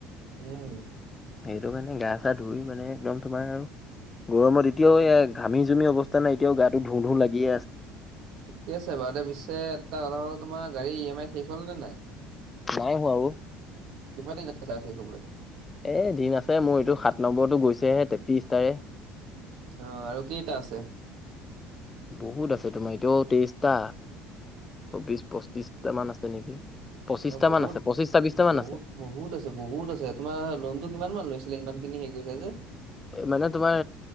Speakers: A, on the right (about 70°); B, on the left (about 20°).
A: উম।
B: সেইটো কাৰণে গা চা ধুই মানে একদম তোমাৰ আৰু- গৰমত এতিয়াও এয়া ঘামি জুমি অৱস্থা নাই এতিয়াও গাটো ধোঁ ধোঁ লাগিয়ে আছে।
A: ঠিকে আছে বাৰু দে পিছে এটা কথা হ'ল তোমাৰ গাড়ী ই এম আই শেষ হ'ল নে নাই?
B: নাই হোৱা অ।
A: কিমান দিন আছে শেষ হবলৈ?
B: এ দিন আছে মোৰ এইটো সাত নম্বৰৰতো গৈছেহে তেত্ৰিশ তাৰে।
A: অ আৰু কইটা আছে?
B: বহুত আছে তোমাৰ এটোও তেইশটা, চৌবিশ পঁচিছটা মান আছে নেকি। পঁচিছটা
A: এ বহুত
B: মান আছে পঁচিছটা ছাব্বিছটা মান
A: বহুত
B: আছে।
A: বহুত আছে বহুত আছে তোমাৰ লোনতটো কিমান মান লৈছিলে ইমান খিনি হেৰি কৰিছা যে।
B: মানে তোমাৰ